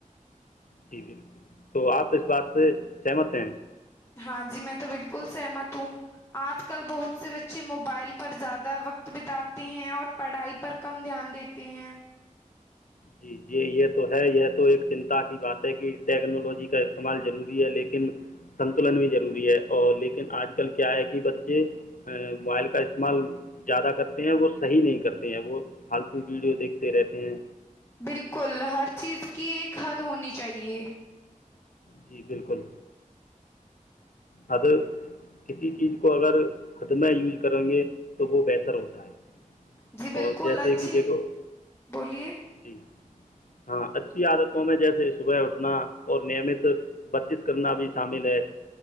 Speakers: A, on the left; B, on the left.
A: جی بالکل تو آپ اس بات سے سہمت ہیں
B: ہاں جی میں تو بالکل سہمت ہوں آج کل بہت سے بچے موبائل پر زیادہ وقت بتاتے ہیں اور پڑھائی پر کم دھیان دیتے ہیں
A: جی جی یہ تو ہے یہ تو ایک چنتا کی بات ہے کہ ٹیکنالوجی کا استعمال ضروری ہے لیکن سنتولن بھی ضروری اور لیکن آج کل کیا ہے کہ بچے موبائل کا استعمال زیادہ کرتے ہیں وہ صحیح نہیں کرتے ہیں وہ فالتو ویڈیو دیکھتے رہتے ہیں
B: بالکل ہر چیز کی ایک حد ہونی چاہیے
A: جی بالکل حد کسی چیز کو اگر حد میں یوز کریں گے تو وہ بہتر ہوتا ہے
B: جی بالکل
A: اور جیسے
B: اچھی
A: کہ دیکھو
B: بولیے
A: جی ہاں اچھی عادتوں میں جیسے صبح اٹھنا اور نیمت ورزش کرنا بھی شامل ہے